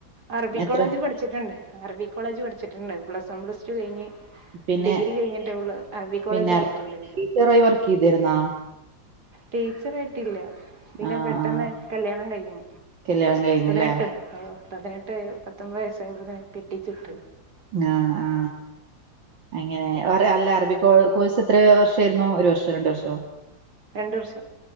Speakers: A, on the right (about 55°); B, on the right (about 75°).
A: അറബി
B: എത്ര
A: കോളേജ് പഠിച്ചിട്ടുണ്ട് അറബി കോളേജ് പഠിച്ചിട്ടുണ്ട് പ്ലസ് ഞാൻ പ്ലസ് ടു കഴിഞ്ഞ്
B: പിന്നെ
A: ഡിഗ്രി കഴിഞ്ഞിട്ടൊള്ളൂ അറബി കോളേജ്
B: പിന്നെ
A: പോയിട്ട്ണ്ട്
B: ടീച്ചറായി വർക്ക് ചെയ്തിരുന്നാ
A: ടീച്ചർ ആയിട്ടില്ല പിന്നെ
B: ആഹ്
A: പെ പെട്ടെന്ന്
B: ആഹ്
A: കല്യാണം കഴിഞ്ഞു
B: കല്യാണം കഴിഞ്ഞില്ലേ
A: പതിനെട്ട് ഉം പതിനെട്ട് പത്തൊമ്പത് വയസ്സായതിനെ കെട്ടിച്ചിട്ട്
B: ആ ആ അങ്ങനെ അല്ല അറബി കോഴ്സ് എത്ര വർഷയിരുന്നു ഒരു വർഷോ രണ്ടു വർഷോ
A: രണ്ട് വർഷം